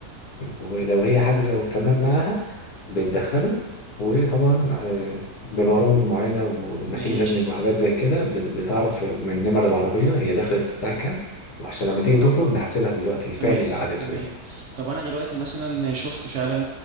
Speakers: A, on the left; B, on the right.
A: ولو هي حاجزة وتمام معاها بتدخله وطبعا آه، ببرامج معينة وماشين
B: ماشي
A: ليرنينج وحاجات زي كده بت- بتعرف من نمر العربية هي دخلت الساعة كام وعشان لما تيجي تخرج نحاسبها بالوقت الفعلي
B: تمام
A: اللي قعدته
B: تمام
A: يعني
B: طب انا دلوقتي مثلا شفت فعلا